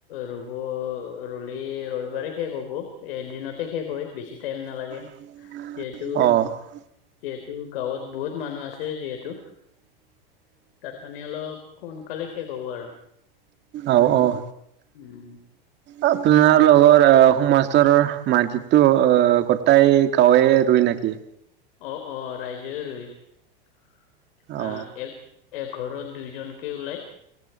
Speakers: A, on the left; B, on the right.
A: ৰুব, ৰুলে ৰবিবাৰে শেষ হব। এদিনতে শেষ হয়, বেছি টাইম নালাগে।
B: <inaudible>
A: যিহেতু
B: অ অ
A: যিহেতু গাঁৱত বহুত মানুহ আছে যিহেতু তাৰ কাৰণে অলপ সোনকালে শেষ হ'ব আৰু।
B: অ অঁ
A: উম
B: আপোনাৰ লগৰ সমাজৰৰ মাটিতটো গোটাই গাঁৱে ৰুই নেকি?
A: অঁ অঁ ৰাইজ ৰুই, আঁহ
B: অ
A: এক এঘৰত দুইজনকে ওলাই